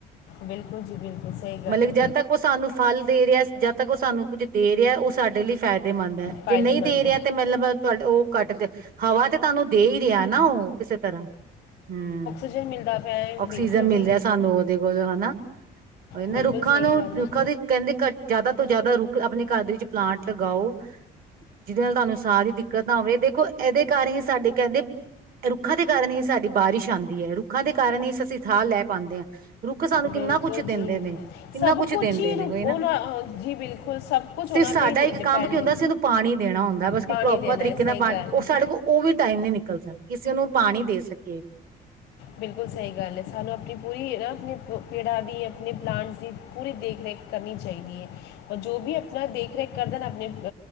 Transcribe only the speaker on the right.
ਮਤਲਬ
ਜਦ ਤੱਕ ਉਹ ਸਾਨੂੰ ਫਲ ਦੇ ਰਿਆ, ਜਦ ਤੱਕ ਓ ਸਾਨੂੰ ਕੁੱਝ ਦੇ ਰਿਆ ਓ ਸਾਡੇ ਲਈ ਫਾਇ ਫਾੲਇਦੇਮੰਦ ਐ,
ਜੇ ਨਈ ਦੇ ਰਿਆ ਤੇ ਮਤਲਬ ਤੁਹਾਡ ਓ ਕੱਟ ਹਵਾ ਤੇ ਤਾਨੂੰ ਦੇ ਹੀ ਰਿਆ ਨਾ ਔ ਕਿਸੇ ਤਰ੍ਹਾਂ, ਹੁੰ।
ਓਕਸੀਜਨ
ਮਿਲ
ਰਿਆ ਸਾਨੂੰ ਔਦੇ ਕੋਲ ਹਨਾ, ਓਈ ਨਾ
ਰੁੱਖਾਂ
ਨੂੰ
ਰੁੱਖਾਂ
ਦੇ ਕੈਂਦੇ ਘਟ ਜ਼ਿਆਦਾ ਤੋਂ ਜ਼ਿਆਦਾ ਰੁੱਖ ਆਪਣੇ ਘਰ ਦੇ ਵਿੱਚ ਪਲਾਂਟ ਲਗਾਓ। ਜਿਦੇ ਨਾਲ ਤਾਨੂੰ ਸਾਹ ਦੀ ਦਿੱਕਤ ਨਾ ਆਵੇ ਦੇਖੋ, ਇਦੇ ਕਾਰ ਹੀ ਸਾਡੇ ਕਹਿੰਦੇ ਰੁੱਖਾਂ ਦੇ ਕਾਰਨ ਹੀ ਸਾਡੀ ਬਾਰਿਸ਼ ਆਂਦੀ ਐ, ਰੁੱਖਾਂ ਦੇ ਕਾਰਨ ਹੀ ਅਸੀਂ ਥਾ ਲੈ ਪਾਂਦੇ ਆਂ। ਰੁੱਖ ਸਾਨੂੰ ਕਿੰਨਾ
ਕੁਛ ਦਿੰਦੇ
ਨੇ, ਕਿੰਨਾ
ਕੁਛ
ਦਿੰਦੇ
ਨੇ
ਵੇ
ਨਾ।
ਤੇ ਸਾਡਾ
ਇੱਕ
ਕੰਮ ਕੀ ਹੁੰਦਾ
ਸੀ ਉਨੂੰ ਪਾਣੀ ਦੇਣਾ ਹੁੰਦਾ, ਬਸ ਕਿ
ਪ੍ਰੋਪਰ
ਤਰੀਕੇ
ਨਾਲ
ਪਾਣੀ
ਓ
ਸਾਡੇ ਕੋਲ ਓ ਵੀ ਟਾਈਮ ਨੀ ਨਿਕਲਦਾ, ਕਿ ਅਸੀਂ ਉਨੂੰ ਪਾਣੀ ਦੇ ਸਕੀਏ।